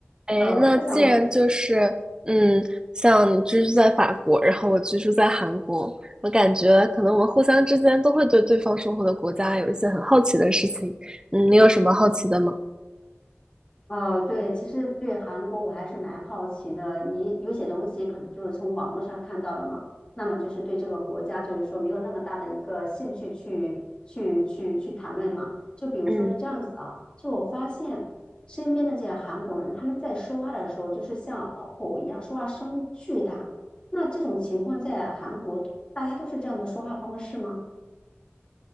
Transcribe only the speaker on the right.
哎，
那既然就是，
嗯，像你居住在法国，然后我居住在韩国，我感觉可能我们互相之间都会对对方生活的国家有一些很好奇的事情。嗯，你有什么好奇的吗？
嗯。